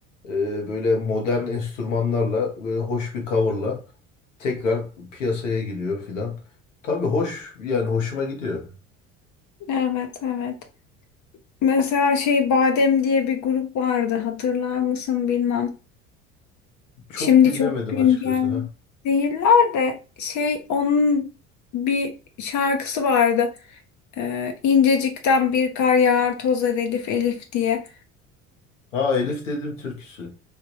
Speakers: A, on the left; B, on the left.
A: e, böyle modern enstrümanlarla böyle hoş bir coverla tekrar piyasaya giriyor filan. Tabii hoş yani hoşuma gidiyor.
B: Evet evet. Mesela şey Badem diye bir grup vardı hatırlar mısın bilmem.
A: Çok
B: Şimdi
A: dinlemedim
B: çok güncel
A: açıkçası ha.
B: değiller de şey onun bir şarkısı vardı. Ee, İncecikten bir kar yağar tozar Elif Elif diye.
A: Ha Elif dedim türküsü.